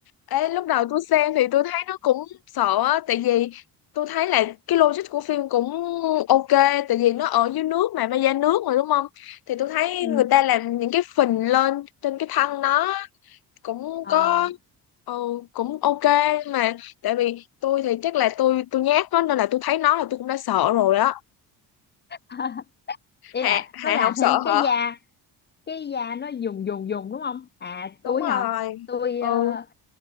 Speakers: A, on the left (about 60°); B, on the left (about 25°).
A: Ê, lúc đầu tôi xem thì tôi thấy nó cũng sợ á, tại vì tôi thấy là cái logic của phim cũng ok, tại vì nó ở dưới nước mà, ma da nước mà đúng không? Thì tôi thấy
B: Ừ.
A: người ta làm những cái phình lên trên cái thân nó cũng
B: Ờ,
A: có ừ, cũng ok mà tại vì tôi thì chắc là tôi tôi nhát đó nên là tôi thấy nó là tôi cũng đã sợ rồi đó.
B: <laughs> ý
A: Hạ
B: là
A: Hạ
B: nó làm
A: không sợ
B: thêm cái
A: hả?
B: da cái da nó dùng dùng dùng đúng không à
A: Đúng
B: tôi
A: rồi.
B: hả tôi
A: Ừ.
B: ờ,